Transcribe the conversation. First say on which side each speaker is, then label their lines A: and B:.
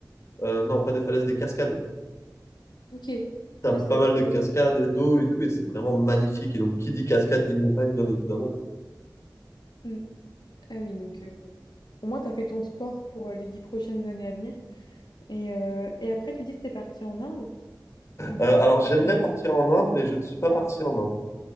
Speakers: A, on the left; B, on the left.
A: euh, non, pas des falaises, des cascades.
B: Ok,
A: T'as
B: ah
A: pas
B: ouais, c'était
A: mal
B: trop
A: de cascades
B: beau.
A: et d'eau et tout, et c'est vraiment magnifique. Et donc, qui dit cascade dit montagne, bien évidemment.
B: Mm. Ah oui, donc euh, au moins, t'as fait ton sport pour euh, les dix prochaines années à venir. Et, euh, et après, tu dis que t'es parti en Inde. Et du
A: Euh,
B: coup,
A: alors,
B: pourquoi
A: j'aimerais
B: en Inde
A: partir en Inde, mais je ne suis pas
B: Ah,
A: parti en Inde.